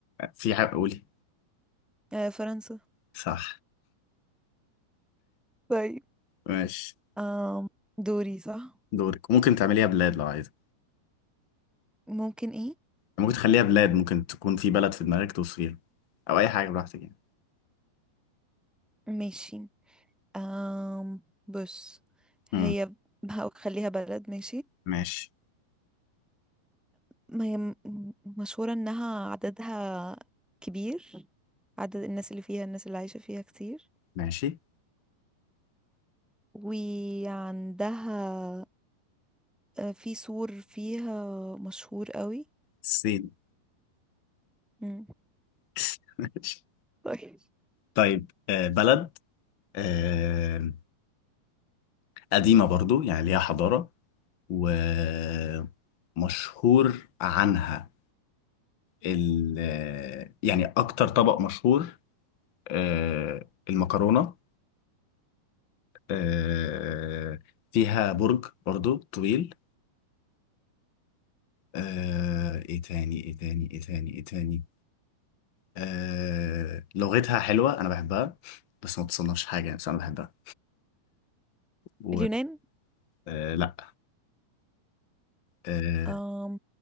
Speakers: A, on the left; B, in the centre.
A: في حاجة قولي
B: آه فرنسا
A: صح
B: طيب
A: ماشي
B: آم دوري صح
A: دورك ممكن تعمليها بلاد لو عايزة
B: ممكن ايه
A: ممكن تخليها بلاد ممكن تكون في بلد في دماغك توصفيها أو أي حاجة براحتك يعني
B: ماشي آم بص
A: مم.
B: هي ب- هخليها بلد ماشي
A: ماشي
B: ما هي م- م- مشهورة انها عددها كبير عدد الناس اللي فيها الناس اللي عايشة فيها كتير
A: ماشي
B: وعندها آه، في سور فيها مشهور قوي
A: الصين
B: مم.
A: <laughs> ماشي
B: طيب
A: طيب آه، بلد آه، قديمة برضو يعني ليها حضارة ومشهور عنها ال يعني أكتر طبق مشهور آه، المكرونة آه، فيها برج برضو طويل آه، ايه تاني ايه تاني ايه تاني ايه تاني آه، لغتها حلوة انا بحبها بس ما تصنفش حاجة يعني بس انا بحبها و
B: اليونان
A: آه، لا آه،
B: آم